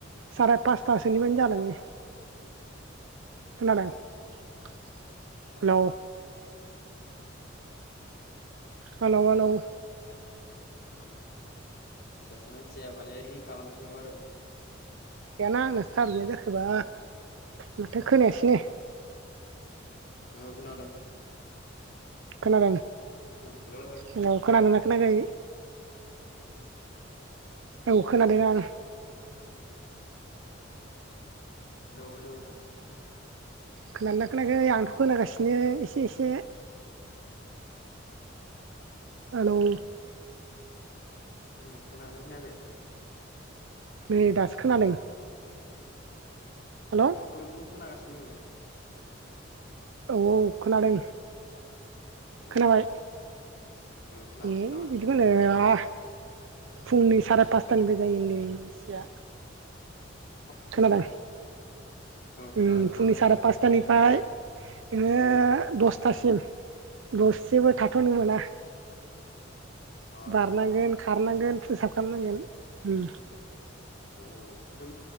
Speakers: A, on the right; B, on the left.
A: साराय पासथासोनिबो जालाङो खोनादों हेल' हालोव हालोव
B: ओ सासे मानसिया माने रि खालामफिनगौ आरो
A: दाना आंना स्टार गैया जाखोबा माथो खोनायासनो
B: औ खोनादों
A: खोनादों
B: हेलौ हेलौ
A: हेल' खोनादोंना याखै औ खोनादों आं
B: हेलोव हेलोव
A: खोनानानै खोनायाखै आंथ' खोनागासिनो एसे एसे हेलौ
B: ओम खोनागोना खोनाखै
A: नै दासो खोनादों हेल'
B: नोंनिखौ खोनागासिनो
A: औ औ खोनादों
B: जाबाय
A: खोनाबाय
B: खोनाबाय
A: <unintelligible>
B: खोनाबाय अ
A: फुंनि साराय पासथानिफाय जायो होनदो
B: फुङावनो
A: खोनादों
B: खोनादों
A: ओं
B: खोनादों
A: फुंनि सारे पासथानि ओमफ्राय नोङो दसथासिम दस जेबो थाथ'नो मोना
B: अ
A: बारनांगोन खारनांगोन
B: माने अ
A: फोसाब खालामनांगोन
B: अ बै